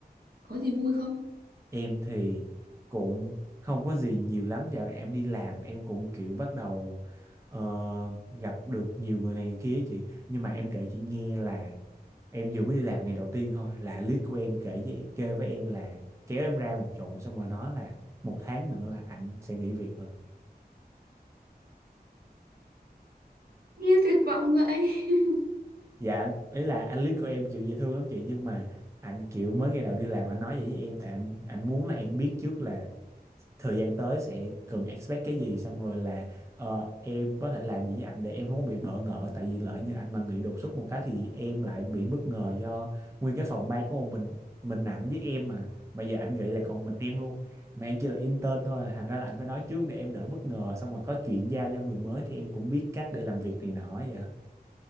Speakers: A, on the right (about 70°); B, on the right (about 15°).
A: Có gì vui không?
B: em thì cũng không có gì nhiều lắm dạo này em đi làm em cũng kiểu bắt đầu ờ, gặp được nhiều người này người kia ấy chị nhưng mà em kể chị nghe là em vừa mới đi làm ngày đầu tiên thôi là lead của em kể với kêu với em là kéo em ra một chỗ xong rồi nói là một tháng nữa là ảnh sẽ nghỉ việc rồi
A: Nghe tuyệt vọng vậy. <laughs>
B: dạ ý là anh lead của em kiểu dễ thương lắm chị nhưng mà anh kiểu mới ngày đầu đi làm anh nói vậy với em tại anh anh muốn là em biết trước là thời gian tới sẽ cần expect cái gì xong rồi là ờ, em có thể làm gì với anh để em không có bị bỡ ngỡ tại vì lỡ như anh mà nghỉ đột xuất một cái thì em lại bị bất ngờ do nguyên cái phòng ban của mình mình ảnh với em mà mà giờ anh nghĩ là còn mình em luôn mà em chỉ là intern thôi à. thành ra là anh phải nói trước để em đỡ bất ngờ xong rồi có chuyện giao cho người mới thì em cũng biết cách để làm việc này nọ vậy